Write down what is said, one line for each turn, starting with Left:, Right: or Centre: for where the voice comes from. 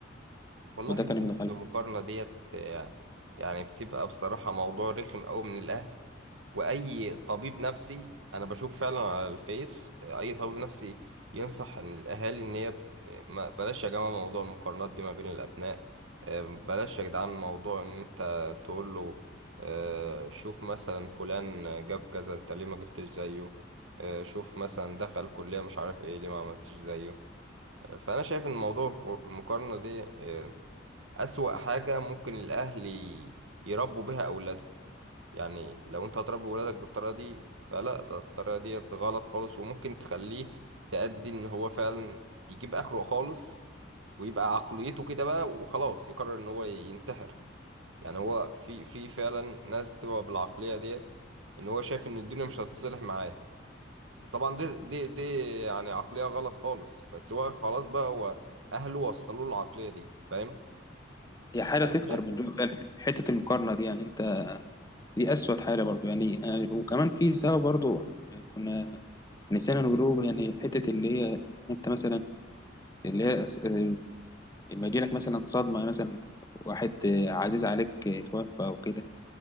Right: والله
Left: وده كان ابن
Right: حتة
Left: خالته
Right: المقارنة ديت آه، يعني بتبقى بصراحة موضوع رخم أوي من الأهل وأي طبيب نفسي أنا بشوف فعلا على الفيس آه، أي طبيب نفسي ينصح إن الأهالي إن هي ب- ما- بلاش يا جماعة موضوع المقارنات دي ما بين الأبناء آه، بلاش يا جدعان موضوع إن أنت تقول له آه، شوف مثلا فلان جاب كذا أنت ليه ما جبتش زيه آه، شوف مثلا دخل كلية مش عارف إيه ليه ما عملتش زيه فأنا شايف إن موضوع الكر- المقارنة دي آه، أسوأ حاجة ممكن الأهل ي- يربوا بها أولادهم يعني لو أنت هتربي ولادك بالطريقة دي فلا ده الطريقة دي غلط خالص وممكن تخليه تأدي إن هو فعلا يجيب آخره خالص ويبقى عقليته كده بقى وخلاص يقرر إن هو ينتحر يعني هو في في فعلا ناس بتبقى بالعقلية ديت إن هو شايف إن الدنيا مش هتصلح معاه طبعا دي دي دي يعني عقلية غلط خالص بس هو خلاص بقى هو أهله وصلوا له العقلية دي فاهم؟
Left: هي حاجه
Right: أنا
Left: تقهر
Right: شايف
Left: من جوه فعلا حته المقارنه دي يعني انت دي أسود حالة برضو يعني آه، وكمان في سبب برضو آه، كنا نسينا نقوله يعني حتة اللي هي أنت مثلا اللي هي آه، لما يجيلك مثلا صدمة مثلا واحد آه، عزيز عليك آه، توفى أو كده